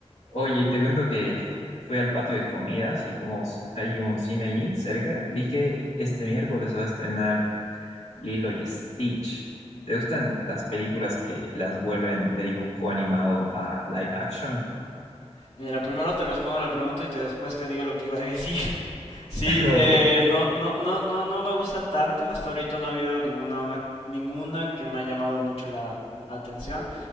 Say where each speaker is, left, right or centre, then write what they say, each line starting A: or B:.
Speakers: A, on the left (about 75°); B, on the left (about 60°).
A: Oye, y te cuento que fui al patio de comidas y como s- hay un cine ahí cerca, vi que este miércoles se va a estrenar Lilo y Stitch. ¿Te gustan las películas que las vuelven de dibujo animado a live action?
B: Mira, primero te respondo la pregunta y te, después te digo lo que iba a decir. <laughs> Sí,
A: <laughs>
B: eh,
A: Ok,
B: no, no, no, no, no me gusta tanto. Hasta ahorita no ha habido ninguna, una- ninguna que me ha llamado mucho la atención.